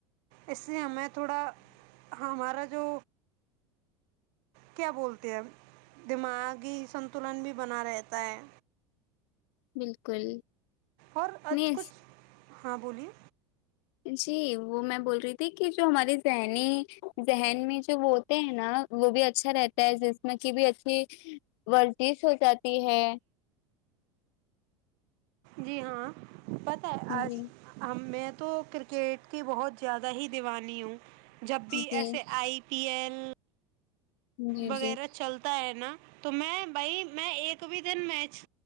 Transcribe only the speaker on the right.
اس سے ہمیں تھوڑا ہمارا جو کیا بولتے ہیں دماغی سنتولن بھی بنا رہتا ہے
اور آج
کچھ ہاں بولیے
جی ہاں پتا ہے
آج ہم میں تو کرکٹ کی بہت زیادہ ہی دیوانی ہوں جب بھی
ایسے آئی پی ایل
وغیرہ
چلتا ہے نا تو میں بھائی میں ایک بھی دن میچ